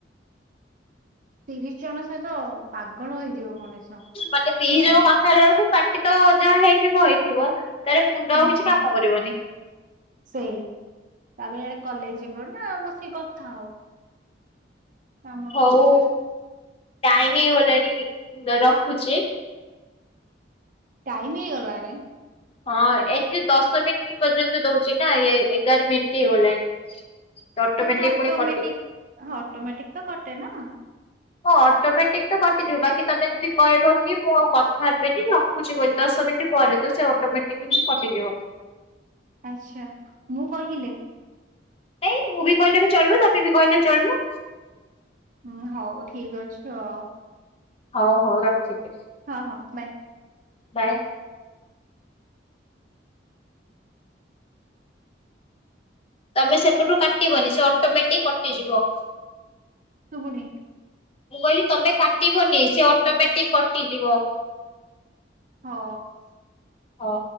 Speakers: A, on the right (about 45°); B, on the left (about 30°).
A: <inaudible> ତିରିଶ ଜଣ ସହିତ ପାଗଳ ହେଇଯିବ ମଣିଷ
B: ମାନେ ତିରିଶ
A: ହେଲା।
B: ଜଣ କଥା ବେଳକୁ ପାଟି ତ ଯାହା ହେଇଥିବ ହେଇଥିବ। ତାର ମୁଣ୍ଡ
A: ହୁଁ।
B: ଆଉ କିଛି କାମ କରିବନି
A: ସେଇ ତାପରେ ୟାଡେ କଲେଜ ଯିବ ନା ବ ବସିକି କଥା ହବ କାମ
B: ହଉ
A: ନାହିଁ
B: ଟାଇମ ହେଇଗଲାଣି ରଖୁଛି।
A: ଟାଇମ ହେଇଗଲାଣି?
B: ହଁ ଏଠି ଦଶ ମିନିଟ୍ ପର୍ଯ୍ୟନ୍ତ ଦଉଛି ନା ଏଗାର ମିନିଟ ହେଇଗଲାଣି। ଅଟୋମେଟିକ
A: ସେ ତ ଅଟୋମେଟିକ
B: ପୁଣି କଟି
A: ଅଟୋମେଟିକ ତ କଟେ ନା?
B: ହଁ ଅଟୋମେଟିକ ତ କଟିଯିବ ବାକି ତମେ ଯଦି କହିବ କି ମୁଁ ଆଉ କଥା ହେବିନି ରଖୁଛି ବୋଲି ଦ ଦଶ ମିନିଟ ପରେ ତ ସେ ଅଟୋମେଟିକ ହିଁ କଟିଯିବ।
A: ଆଚ୍ଛା ମୁଁ କହିଲେ?
B: ନାଇଁ ମୁଁ ବି କହିଲେ ବି ଚଳିବ ତମେ ବି କହିଲ ଚଳିବ।
A: ହୁଁ ହଉ ଠିକ ଅଛି ଆଉ।
B: ହଉ ହଉ ରଖିଦେ
A: ହଁ ହଁ ବାଏ
B: କାଇଁ? ତମେ ସେଟପରୁ କାଟିବନି ସେ ଅଟୋମେଟିକ କଟିଯିବ।
A: ସୁୁବୁନି।
B: ମୁଁ କହିଲି ତମେ କାଟିବନି ସେ ଅଟୋମେଟିକ କଟିଯିବ।
A: ହଉ।
B: ହଉ।